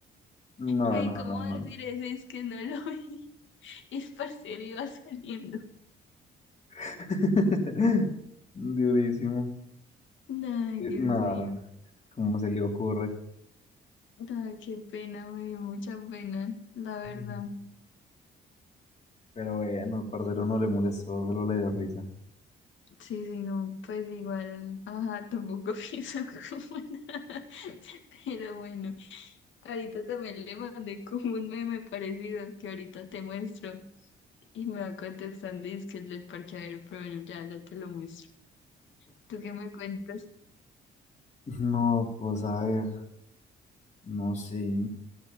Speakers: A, on the left; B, on the left.
A: No,
B: ¿Y
A: no,
B: cómo
A: no, no.
B: decir eso? Es que no lo vi, <laughs> y el parcero iba saliendo.
A: <laughs> Durísimo.
B: Ay,
A: Eh,
B: Dios
A: Nada,
B: mío,
A: ¿cómo se le ocurre?
B: ay, qué pena, me dio mucha pena, la verdad.
A: Mm. Pero bueno, el parcero no le molestó, solo le dio risa.
B: Sí, sí, no, pues igual, ajá, tampoco <laughs> pienso como nada, pero bueno. Ahorita también le mandé <laughs> como un meme parecido que ahorita te muestro y me va contestando y es que el del parqueadero, pero bueno, ya, ya te lo muestro. ¿Tú qué me cuentas?
A: No, pues a ver, no sé.